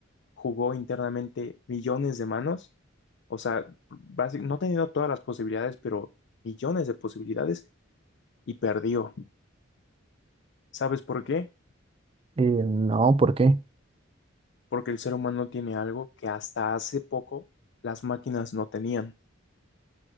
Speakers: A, on the left (about 60°); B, on the right (about 30°).
A: jugó internamente millones de manos, o sea, basi- no teniendo todas las posibilidades, pero millones de posibilidades y perdió. ¿Sabes por qué?
B: Eh, no, ¿por qué?
A: Porque el ser humano tiene algo que hasta hace poco las máquinas no tenían,